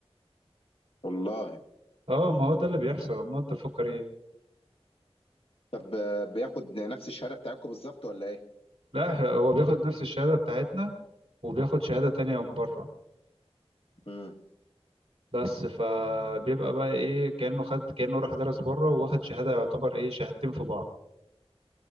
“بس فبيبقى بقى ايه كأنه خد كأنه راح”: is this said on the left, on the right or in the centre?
Right